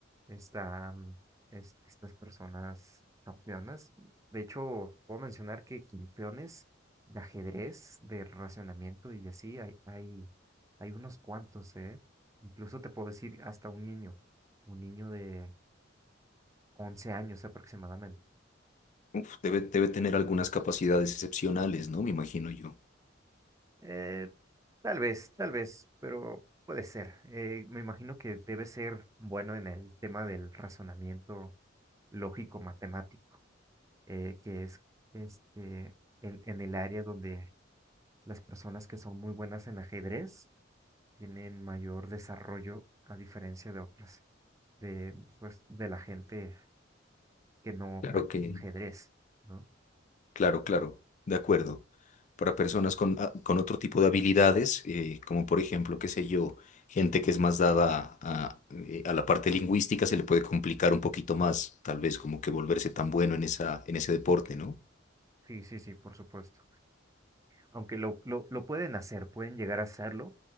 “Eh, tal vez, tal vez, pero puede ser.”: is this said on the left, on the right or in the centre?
Right